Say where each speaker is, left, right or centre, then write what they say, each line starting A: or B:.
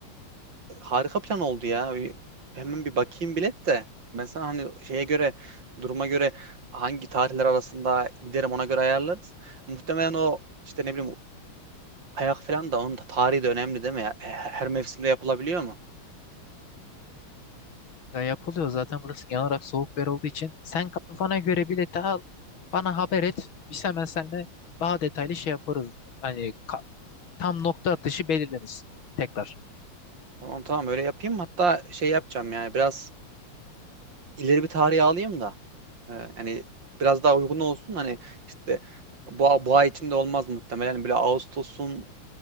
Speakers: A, on the right; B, on the left.
A: Harika plan oldu ya. Bir- Hemen bir bakayım bilet de. Ben sana hani şeye göre, duruma göre hangi tarihler arasında giderim ona göre ayarlarız. Muhtemelen o işte ne bileyim kayak falan da onun da tarihi de önemli değil mi ya? Her her mevsimde yapılabiliyor mu?
B: Ya yapılıyor zaten burası genel olarak soğuk bir yer olduğu için. Sen kafana göre bileti al. Bana haber et. Biz hemen seninle daha detaylı şey yaparız. Hani ka- tam nokta atışı belirleriz. Tekrar.
A: Tamam tamam öyle yapayım. Hatta şey yapacağım yani biraz ileri bir tarihe alayım da. Ee, yani biraz daha uygun olsun. Hani işte bu, bu ay içinde olmaz muhtemelen. Böyle Ağustos'un